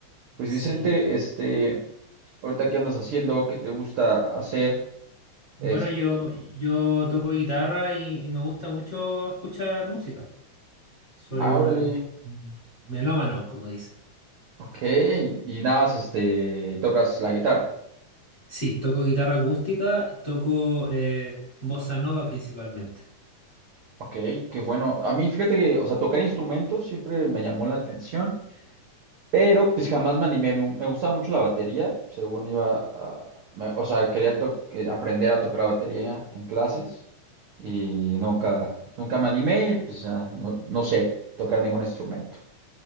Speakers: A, on the right; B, on the left.
A: Pues
B: Sí.
A: Vicente, este, ahorita qué andas haciendo, qué te gusta hacer,
B: Bueno,
A: este,
B: yo, yo toco guitarra y, y me gusta mucho escuchar música. Soy
A: ah,
B: un
A: órale,
B: melómano, como dicen.
A: ok, y nada más, este, tocas la guitarra,
B: Sí, toco guitarra acústica, toco eh, bossa nova principalmente.
A: ok, qué bueno. A mí, fíjate que, o sea, tocar instrumentos siempre me llamó la atención. Pero pues jamás me animé. Me, me gustaba mucho la batería. Según iba a... me- o sea, quería to- eh, aprender a tocar la batería en clases. Y nunca, nunca me animé y pues ya, no, no sé tocar ningún instrumento.